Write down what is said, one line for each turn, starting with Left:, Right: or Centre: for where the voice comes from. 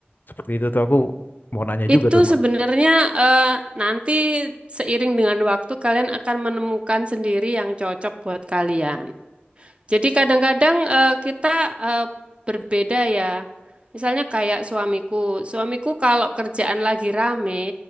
Left: seperti itu tuh aku mau nanya
Right: Itu
Left: juga tuh Mbak
Right: sebenarnya eh, nanti seiring dengan waktu kalian akan menemukan sendiri yang cocok buat kalian. Jadi kadang-kadang eh, kita eh, berbeda ya. Misalnya kayak suamiku. Suamiku kalau kerjaan lagi rame,